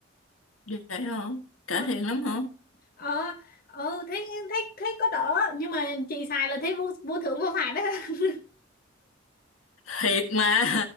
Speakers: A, on the left (about 85°); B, on the left (about 45°).
A: vậy hả? Cải
B: ờ
A: thiện lắm hả?
B: ờ ừ, thấy thấy thấy có đỡ nhưng mà chị xài là thấy vô vô thưởng vô phạt đó <laughs>
A: thiệt mà